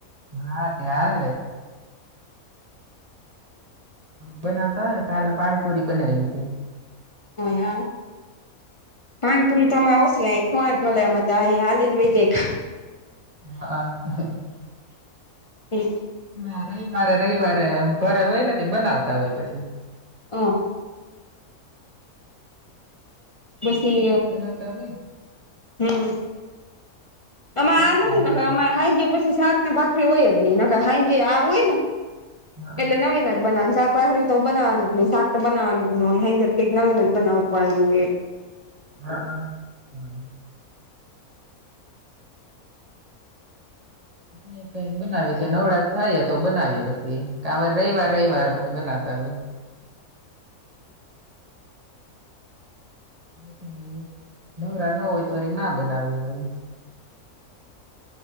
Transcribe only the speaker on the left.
હ હા પાનપુરી તમે આવશ ક હું મલયામાંત હલીિન વિજયક
એ
હ પછી
હમ તરે આજ
નથી
અમે
હાઈ ગયા પછી શાક ભાખરી હોય જ નહી જે આ હોય ને
એટલે નવીન જ બના પહેરી તો બનાવવાનું જ નહી શાક બનાવવાનું જ હોય હં કઈક નવી ન જ બનાવવું પડ્યું હો એ